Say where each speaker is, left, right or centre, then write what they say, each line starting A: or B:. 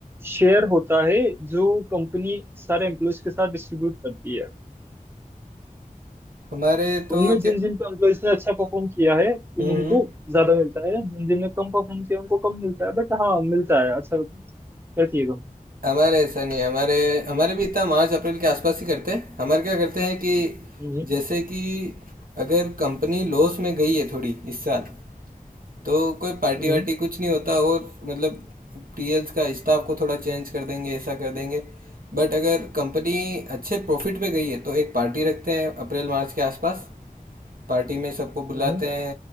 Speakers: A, on the right; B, on the right.
A: शेयर होता है जो कंपनी सारे एम्प्लॉयज के साथ डिस्ट्रीब्यूट करती है
B: हमारे तो
A: उनमें जिन
B: क्या
A: जिन एम्प्लॉयज ने अच्छा परफॉर्म किया है उन
B: हम्म
A: उनको
B: हम्म।
A: ज्यादा मिलता है जिन जिन ने कम परफॉर्म किया उनको कम मिलता है बट हाँ मिलता है अच्छा करती है
B: हमारे ऐसा नहीं हमारे हमारे भी इतना मार्च अप्रैल के आसपास ही करते हैं हमारे क्या करते हैं कि
A: हम्म
B: जैसे कि अगर कंपनी लॉस में गई है थोड़ी इस साल तो कोई पार्टी
A: हम्म
B: वार्टी कुछ नहीं होता और मतलब टीएल्स का स्टाफ को थोड़ा चेंज कर देंगे ऐसा कर देंगे बट अगर कंपनी अच्छे प्रॉफिट पे गई है तो एक पार्टी रखते हैं अप्रैल मार्च के आसपास पार्टी में सबको बुलाते
A: हम्म। हम्म।
B: हैं